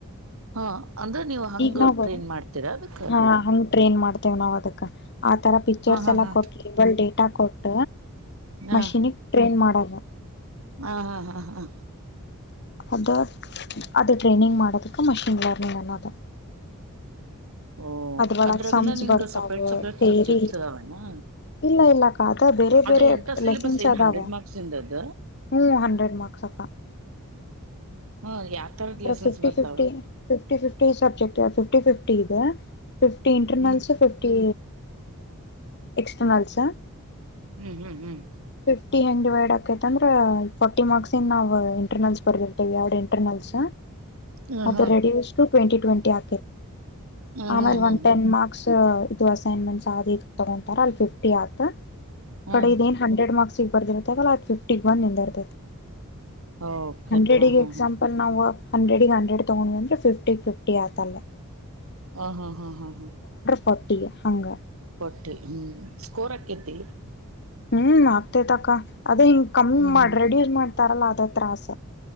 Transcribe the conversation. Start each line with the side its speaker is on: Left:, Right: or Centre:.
Right: ಹಾ ಅಂದ್ರೆ ನೀವು ಹಂಗ
Left: ಈಗ ನಾವ ಬ
Right: ಟ್ರೈನ್ ಮಾಡ್ತೀರಾ ಅದಕ್ಕ
Left: ಹಾ ಹಂಗ ಟ್ರೈನ್ ಮಾಡ್ತ ನಾವವು ಅದಕ್ ಆತರ ಪಿಕ್ಚರ್ಸ್
Right: ಹಾ ಹಾ
Left: ಎಲ್ಲ
Right: ಹಾ
Left: ಕೊಟ್ಲಿಲ್ ಡೇಟಾ ಕೊಟ್ಟ
Right: ಹಾ
Left: ಮಷೀನಿಿಗೆ ಟ್ರೈನ್ ಮಾಡಲ್ಲ
Right: ಹಾ ಹಾ ಹಾ ಹಾ
Left: ಅದು ಅದು ಟ್ರೈನಿಂಗ್ ಮಾಡೋದಕ್ಕೆ ಮಷಿನ್ ಲರ್ನಿಂಗ್ ಅನ್ನೋದು
Right: ಓ
Left: ಅದ್ ಒಳಗ್
Right: ಅದ್ರಾಗನ
Left: ಸಮಜ
Right: ನಿಂಗ
Left: ಬರ್ತಾವ
Right: ಸಪ್ರೇಟ್ ಸಪ್ರೇಟ್
Left: ೇರಿ
Right: ಸಬ್ಜೆಕ್ಟ್ಸ್ ಅದಾವನಾ
Left: ಇಲ್ಲ ಇಲ್ಲ ಕಾದ ಬೇರೆ
Right: ಅದು
Left: ಬೇರೆ
Right: ಎಂತ ಸಿಲೆಬಸ್
Left: ಲೆಸನ್ಸ್
Right: ಏನ್
Left: ಅದಾವ
Right: ಹಂಡ್ರೆಡ್ ಮಾರ್ಕ್ಸ್ ಇಂದ ಅದ
Left: ಹ್ಮ್ ಹಂಡ್ರೆಡ್ ಮಾರ್ಕ್ಸ್ ಅಕ್ಕ
Right: ಹ ಯಾವ ತರದ
Left: ಅಂದ್ರ
Right: ಲೆಸನ್ಸ್
Left: ಫಿಫ್ಟಿ
Right: ಬರ್ತಾವ
Left: fifty fifty fifty subject fifty fifty ಇದೆ ಫಿಫ್ಟಿ ಇಂಟರ್ನಲ್ಸ
Right: ಹ್ಮ್
Left: ಫಿಫ್ಟಿ ಎಕ್ಸ್ಟರ್ನಲ್ಸ
Right: ಹ್ಮ್ ಹ್ಮ್ ಹ್ಮ್
Left: ಫಿಫ್ಟಿ ಹೆಂಗ್ ಡಿವೈಡ್ ಆಾಕೈತ ಅಂದ್ರೆ ಫಾರ್ಟಿ ಮಾರ್ಕ್ಸ್ ಇನ್ ನಾವು ಇಂಟರ್ನಲ್ಸ್ ಬರೆದಿರ್ತವಿ ಯ ಇಂಟರ್ನಲ್ಸ್
Right: ಹ್ಮ್
Left: ಅದು
Right: ಹಾ
Left: ರೆಡಿು ಟ್ವೆಂಟಿ ಟ್ವೆಂಟಿ ಆ
Right: ಹ್ಮ್
Left: ಆಮೇಲೆ
Right: ಹ್ಮ್ ಹ್ಮ್
Left: ಒನ್
Right: ಹ್ಮ್
Left: ಟನ್ ಮಾರ್ಕ್ಸ್ ಇದು ಅಸೈನ್ಮೆಂಟ್ಸ್ ಯ ಇದ ತಗೊಂತಾರ ಅಲ್ಲಿ ಫಿಫ್ಟಿ ಆ
Right: ಹ್ಮ್
Left: ಕಡೆ ಏನ್ ಡ್ ಮಾರ್ಕ್ಸ್ಗ್ ಬರ್ದಿತ್ತ ಅ್ ಫಿಫ್ಟಿ ಬಂದ ನಿಂದರ್ೈ
Right: ಓಕೆ
Left: ಹಂಡ್ರೆಡ್ಗೆ
Right: ಹಾ ಹಾ
Left: ಎಕ್ಸಾಂಪಲ್
Right: ಹಾ
Left: ನಾವು ಹಂಡ್ರೆಡಿಗೆ ಹಂಡ್ರೆಡ್ ತೊಗೊಂಡು ಅಂದ್ರರೆ ಫಿಫ್ಟಿಗೆ ಫಿಫ್ಟಿ ಆಗತಲ್ಲ
Right: ಹಾ ಹಾ ಹಾ ಹಾ ಹಾ
Left: ಫೋಟಿ ಹಂಗ
Right: ಕೊಟ್ಟಿ ಹ್ಮ್ ಸ್ಕೋರ್ಕೇತಿ
Left: ಹ್ಮ್ ಆಗ್ತೇತಕ್ಕ ಅದೇ ಹಿಂಗ್ ಕಮ್ಮಿ
Right: ಹ್ಮ್
Left: ಮಾಡ
Right: ಹ್ಮ್
Left: ರೆಡಿ ಮಾಡ್ತಾರಲ್ಲ ಅದ ತತ್ರಾಸ